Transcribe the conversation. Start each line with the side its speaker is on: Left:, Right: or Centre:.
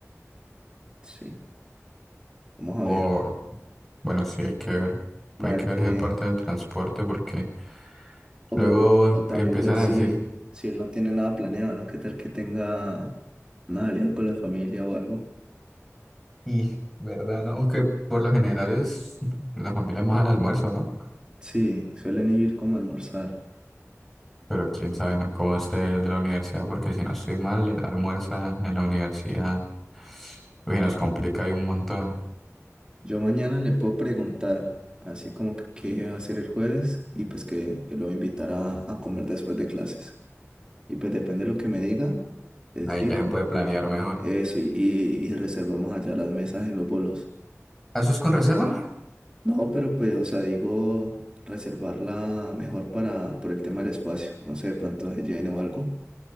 Right: Sí, vamos a
Centre: O,
Right: ver.
Centre: bueno, sí, hay que ver.
Right: Vamos
Centre: Hay
Right: a
Centre: que
Right: ver
Centre: ver
Right: qué.
Centre: esa parte del transporte, porque
Right: O,
Centre: luego em-
Right: o también
Centre: empiezan
Right: ver si,
Centre: a decir,
Right: si él no tiene nada planeado, ¿no? ¿Qué tal que tenga una alianza con la familia o algo?
Centre: y, ¿verdad? ¿No? Aunque por lo general es la familia más al almuerzo, ¿no?
Right: Sí, suelen ir como a almorzar.
Centre: Pero quién sabe, ¿no? Cómo esté de la universidad, porque si no estoy mal, el almuerzo en la universidad, uy, nos complica ahí un montón.
Right: Yo mañana le puedo preguntar, así como que qué va a hacer el jueves y pues que, que lo voy a invitar a, a comer después de clases. Y pues depende de lo que me diga, les
Centre: Ahí
Right: digo.
Centre: ya se puede planear mejor.
Right: Eso, y, y- y reservamos allá las mesas y los bolos.
Centre: ¿Ah, ¿Eso es con reserva?
Right: No, pero pues, o sea, digo, reservarla mejor para, por el tema del espacio. No sé, de pronto se llene o algo.